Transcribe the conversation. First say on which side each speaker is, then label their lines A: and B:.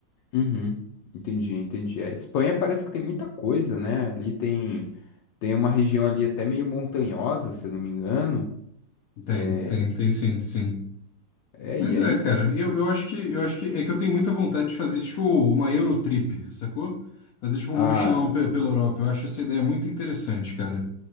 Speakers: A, on the left; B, on the left.
A: Uhum. Entendi, entendi. A Espanha parece que tem muita coisa, né? Ali tem, tem uma região ali até meio montanhosa, se eu não me engano.
B: Tem,
A: É,
B: tem, tem sim, sim.
A: é
B: Mas
A: e aí.
B: é, cara, eu, eu acho que eu acho que é que eu tenho muita vontade de fazer tipo uma Eurotrip, sacou? Fazer tipo um
A: Ah,
B: mochilão pe-
A: sim.
B: pela Europa. Eu acho essa ideia muito interessante, cara.